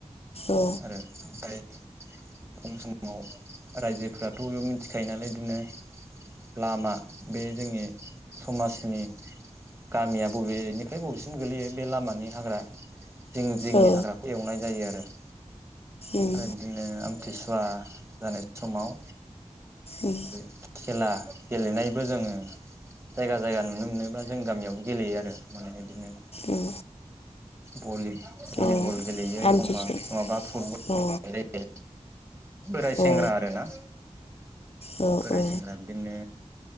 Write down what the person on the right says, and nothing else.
आरो ओमफ्राय <inaudible> फुं समाव रायजोफोराथ' बेयाव मिथिखायो नालाय बिदिनो लामा बे जोंनि समाजनि गामिया बबेनिफ्राय बबेसिम गोलैयो बे लामानि हाग्रा जिं जिंनि
हाग्राखौ एवनाय जायो आरो <inaudible>
ओमफ्राय बिदिनो आथिसुवा जानाय समाव
<inaudible> खेला गेलेनायबो जोङो जायगा जायगा नुनो मोनोब्ला जों गामियावबो गेलेयो आरो माने बिदिनो
भलि भलिबल
गेलेयो
एखमबा नङाबा फुटबल
गेले बोराय
सेंग्रा आरोना
बोराय
सेंग्रा बिदिनो